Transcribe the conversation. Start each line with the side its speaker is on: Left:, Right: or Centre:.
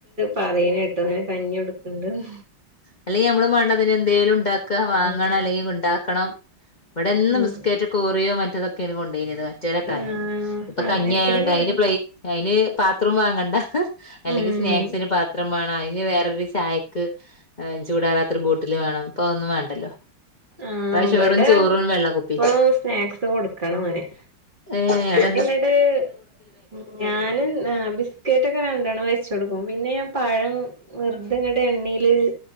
Right: പറയന കേട്ടൊന്നെ കഞ്ഞി എടുക്കണ്ട്ന്ന്.
Left: അല്ലെ ഞമ്മള് മണ്ടതിന് എന്തേലും ഉണ്ടാ ണ്ടാക്ക വാങ്ങണം
Right: ആഹ്
Left: അല്ലെങ്കിൽ ഉണ്ടാക്കണം ഇവിടെന്നും
Right: ഉം
Left: ബിസ്ക്കറ്റ് കൂറിയോ മറ്റതൊക്കെനി കൊണ്ടരത്. റ്റലക്കായന്ന്
Right: ആഹ്
Left: ഇപ്പ
Right: അങ്ങനെ
Left: കഞ്ഞിയായോണ്ട്
Right: തന്നെയാണ്
Left: അയിന് പ്ലേ അയിന് പാത്രേം വാങ്ങണ്ട. അല്ലെങ്കിൽ
Right: ഉം
Left: സ്നാക്സിന് പാത്രം വേണം, അയി ഇനി വേറൊരു ചായക്ക് ഏ ചൂടാറാത്തരു ബോട്ടില് വേണം, പ്പോ ഒന്നും വേണ്ടല്ലോ.
Right: ആ
Left: ഇപ്രാവശ്യം
Right: ഇവടെ
Left: വെറും ചോറും വെള്ള കുപ്പി
Right: ഇപ്പളും സ്നാക്സ് കൊടുക്കണം അവന്.
Left: ഏ എടെ
Right: നിങ്ങടെ മ് ഞാനും ഏ ബിസ്ക്കറ്റ് ഒക്കെ രണ്ടണ്ണം വെച്ച് കൊടുക്കും, പിന്നെ പഴം വെറുതെങ്ങട് എണ്ണീല്